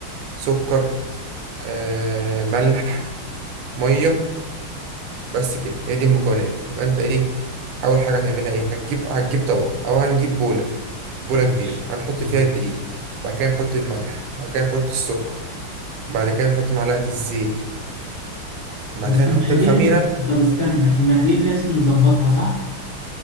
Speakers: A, on the right; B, on the left.
A: سكر آه ملح مية بس كده هي دي المكونات يبقى انت ايه؟ أول حاجة هتعملها ايه؟ هتجيب هتجيب طبق أو هنجيب بولة بولة
B: ماشي
A: كبيرة هنحط
B: ماشي
A: فيها الدقيق بعد كده نحط الملح بعد كده نحط السكر بعد كده نحط معلقة الزيت بعد
B: بس
A: كده
B: المقادير
A: نحط الخميرة
B: طب استنى المقادير لازم نظبطها صح